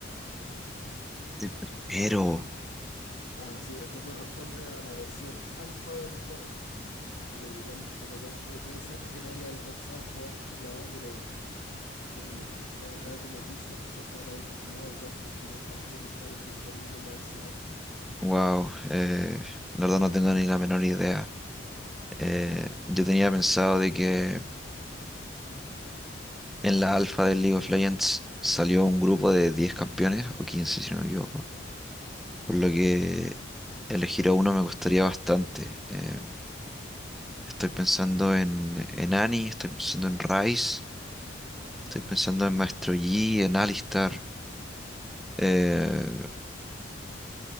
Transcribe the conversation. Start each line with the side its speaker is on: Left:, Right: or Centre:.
Centre: El primero.
Left: Ah, sí, esto corresponde a la versión alfa del juego. Por lo que tan- por lo tanto, puede ser que no haya alcanzado a jugar por la edad, pero, pero nos puede, a través de noticias quizás te habrá informado de cuál fue el primer campeón a estar disponible en la versión alfa.
Centre: Wow, eh, la verdad no tengo ni la menor idea. Eh, yo tenía pensado de que en la alfa del League of Legends salió un grupo de 10 campeones, o 15 si no me equivoco, por lo que elegir a uno me costaría bastante. Eh, Estoy pensando en, en Annie, estoy pensando en Rice, estoy pensando en Maestro Yi, en Alistar. Eh,